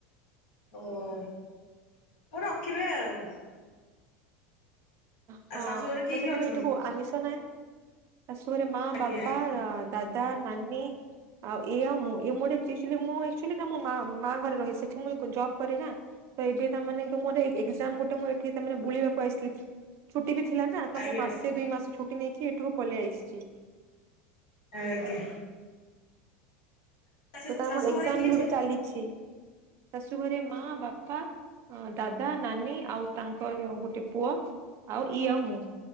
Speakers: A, on the left; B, on the right.
A: ଓ ରଖିବେ ଆଉ।
B: ହଁ।
A: ଆଉ ଶାଶୁଘରେ କିଏ
B: ତ ସେଥିପାଇଁ
A: କିଏ ଅଛନ୍ତି?
B: ଏଠିକୁ ଆମିଷ ନାଇଁ। ଶାଶୁ ଘରେ ମା
A: ଆଜ୍ଞା
B: ବାପା ଆ ଦାଦା, ନନୀ ଆଉ ଇଏ ଆଉ ମୁଁ। <unintelligible> ମୁଁ ଆକଚୁଆଲି ମୋ ମା ମା ଘରେ ରହେ। ସେଠି ମୁଁ ଜବ୍ କରେ ନା। ତ ଏବେ ତାମାନେ ମୋର ଏଜ୍ଜାମ୍ ଗୋ ଟେ, ମୁଁ ଏଠି ତାମାନେ ବୁଲିବାକୁ ଆସଥିଲି। ଛୁଟି ବି ଥିଲା ନା। ତ
A: ଆଜ୍ଞା
B: ମୁଁ ମାସେ ଦୁଇ ମାସ ଛୁଟି ନେଇକି ଏଠୁ ପଲେଇ ଆସିଚି।
A: ଆଜ୍ଞା। ସେ
B: ତ ତା
A: ଶାଶୁଘରେ
B: ମୋର ଏକ୍ଜାମ
A: କିଏ
B: ବି ଗୋଟେ
A: ଅଛି?
B: ଚାଲିଛି ଶାଶୁ ଘରେ ମା, ବାପା ଅ ଦାଦା, ନାନୀ ଆଉ ତାଙ୍କର ଗୋଟେ ପୁଅ ଆଉ ଇଏ ଆଉ ମୁଁ।